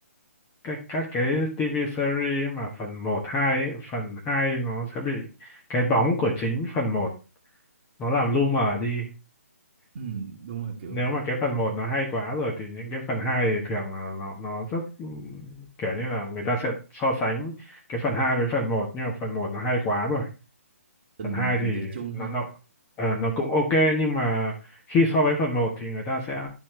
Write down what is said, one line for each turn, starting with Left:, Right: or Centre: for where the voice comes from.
Left: các các cái TV series mà phần một 2 ấy, phần 2 nó sẽ bị cái bóng của chính phần một nó làm lu mờ đi
Right: ừ, đúng rồi kiểu
Left: nếu mà cái phần một nó hay quá rồi thì những cái phần 2 thì thường là nó nó rất ừm, kiểu như là người ta sẽ so sánh cái phần 2 với phần một nhưng mà phần một nó hay quá rồi.
Right: tình
Left: Phần 2
Right: tình
Left: thì
Right: trạng chung
Left: nó
Right: ha
Left: nó ờ, nó cũng ok nhưng mà khi so với phần một thì người ta sẽ